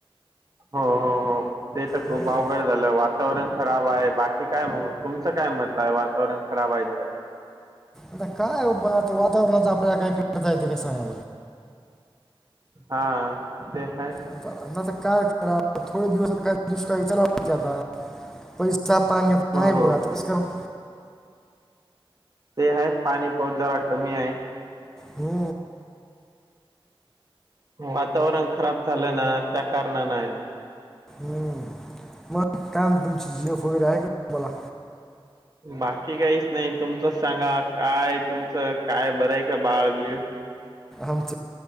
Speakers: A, on the right; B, in the centre.
A: हो हो हो ते तर खूप
B: हम्म,
A: अवघड झालं वातावरण खराब आहे बाकी काय मग तुमचं काय मत आहे वातावरण खराब आहे तं
B: आता काय आता बाबा वातावरणाच आपल्याला काय कळता येत काय सांगा
A: हा ते ह
B: आता तर काय करा थोडे्या दिवसात काय दुष्काळीच्याला वाटते आता पैसे <unintelligible> सा पाणीता
A: हो
B: नाहीही
A: हो
B: बोगा तुस करो <unintelligible>
A: ते ह पाणी पाऊस जरा कमी आहे
B: हो
A: वातावरण खराब झालं ना त्या कारणान नाही
B: हम् मग काम तुमची जिफ वगैरे आहे का मला
A: बाकी काहीच नाही तुमचंच सांगा काय तुमचं काय बरंय का बाळबीळ
B: आमच